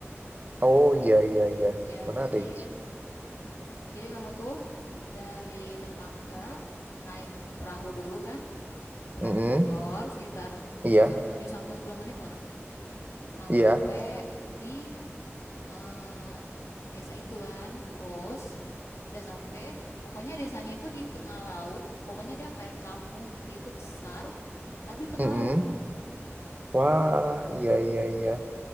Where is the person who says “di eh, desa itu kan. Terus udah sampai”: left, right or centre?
Left